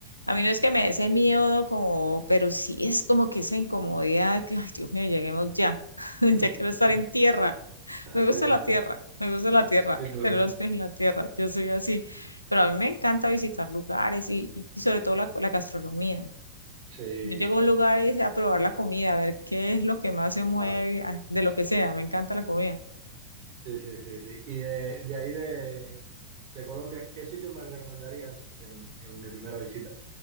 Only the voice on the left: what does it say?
a mí no es que me dé ese miedo, como, pero sí es como que esa incomodidad, que, ay, Dios mío, lleguemos ya, <laughs>
ya quiero estar en tierra,
me gusta
la tierra, me gusta la tierra,
tener los pies en la tierra, yo soy así, pero a mí me encanta visitar lugares y, y sobre todo la, la gastronomía.
Yo llego
a un lugar y a probar la comida, a ver qué es lo que más se mueve,
a- de lo que sea, me encanta la comida.